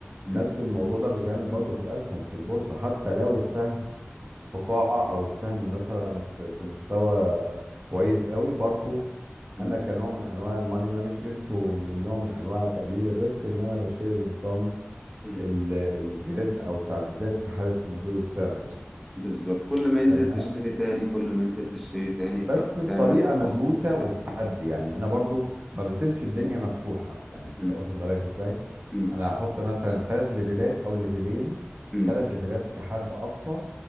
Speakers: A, in the centre; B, on the right.
A: امم
B: نفس الموضوع ده بيتعمل برضو في الاسهم في البورصة حتى لو السهم في قاعة او السهم مثلا في في مستوى كويس قوي برضو
A: امم
B: انا كنوع من انواع الماني مانجمنت ومن نوع من انواع تقليل الريسك ان انا بشتري بنظام
A: امم
B: ال- الجريد او التعزيزات في حاله نزول السعر مثلا
A: بالظبط كل ما ينزل
B: تمام
A: تشتري تاني كل ما ينزل تشتري تاني
B: بس
A: فبتعمل
B: بطريقه
A: متوسط
B: مدروسه
A: للسعر
B: وبحد يعني انا برضو ما بسيبش الدنيا مفتوحه يعني انت
A: امم
B: واخد بالك ازاي
A: امم
B: انا هحط مثلا ثلاث ليفلات او ليفلين
A: امم
B: ثلاث ليفلات كحد اقصى